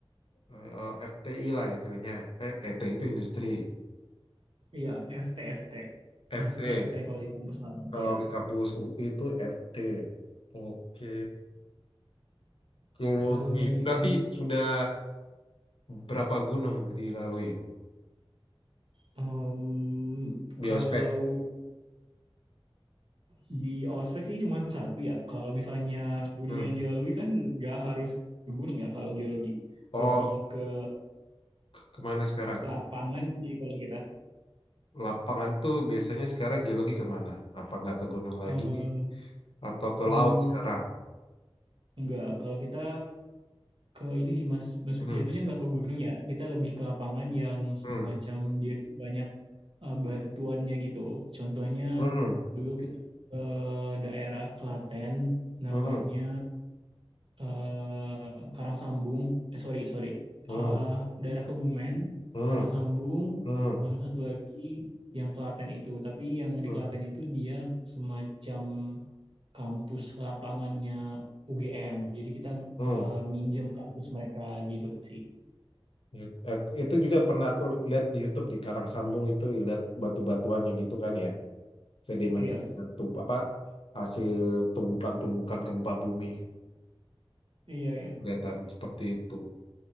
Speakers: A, on the left; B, on the right.
A: eh, FTI lah istilahnya eh, ET itu industri
B: Iya, FT, FT.
A: FT
B: masuk ke FT kalau di kampus lain.
A: Kalau
B: Iya.
A: di kampus UI itu FT. Oke. Geologi.
B: Kalau di
A: Berarti
B: kamp
A: sudah berapa gunung dilalui
B: em,
A: di
B: kalau
A: ospek?
B: di ospek sih cuma satu ya. Kalau misalnya gunung
A: Hmm.
B: yang dilalui kan nggak harus ke gunung ya kalau geologi.
A: Oh,
B: Lebih ke
A: ke- kemana sekarang?
B: lapangan sih kalau kita.
A: Lapangan tuh biasanya sekarang geologi kemana? Apa nggak ke gunung lagi?
B: Em,
A: Atau ke
B: hmm,
A: laut sekarang?
B: nggak. Kalau kita ke ini sih Mas, Mas
A: Hmm.
B: jatuhnya nggak ke gunung ya, kita lebih ke lapangan yang semacam
A: Hmm.
B: dia tuh banyak eh, batuannya gitu. Contohnya
A: Hmm.
B: dulu kita ke daerah Klaten namanya
A: Hmm.
B: eh, Karang eh sorry sorry, Eh,
A: Hmm.
B: daerah Kebumen,
A: Hmm.
B: Karangsambung
A: Hmm.
B: sama satu lagi yang Klaten itu. Tapi yang di
A: Hmm.
B: Klaten itu dia semacam kampus lapangannya UGM. Jadi kita
A: Hmm.
B: eh, minjem kampus mereka gitu sih.
A: Ya, eh, Itu juga pernah aku lihat di YouTube di Karang Sambung itu ya, lihat batu-batuannya gitu kan ya. sedimen-sedimen
B: Iya,
A: tump apa hasil tumbukan-tumbukan gempa bumi
B: iya, iya,
A: kelihatan seperti itu.